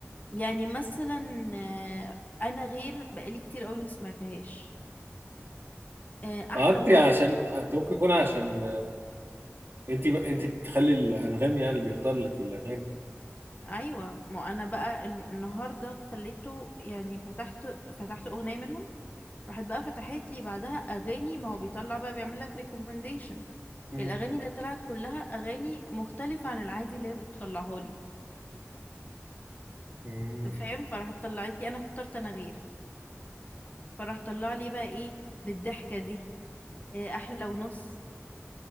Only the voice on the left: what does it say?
يعني مثلا آه، انا غير بقالي كتير قوي ما سمعتهاش آه، احلى
ونص
ايوه ما انا بقى النهارده خليته يعني فتحت فتحت اغنيه منهم راحت بقى فتحت لي بعدها اغاني ما هو بيطلع بقى بيعمل لك ريكومنديشن
الاغاني اللي طلعت كلها اغاني مختلفه عن العادي اللي هي بتطلعها لي
فاهم فراحت طلعت لي انا اخترت انا غير فراح طلع لي بقى ايه بالضحكه دي إيه احلى ونص